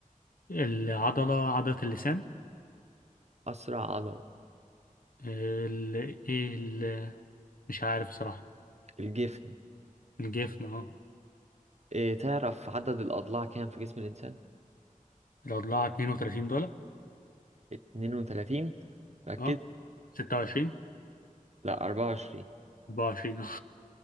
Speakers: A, on the left (about 80°); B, on the right (about 50°).
A: العضلة عضلة اللسان
B: اسرع عضلة
A: ال ايه ال مش عارف صراحة
B: الجفن
A: الجفن اه
B: إيه... تعرف عدد الاضلاع كام في جسم الانسان
A: الأضلاع 32 دولار
B: 32 ركز
A: اه 26
B: لا 24
A: 24 اه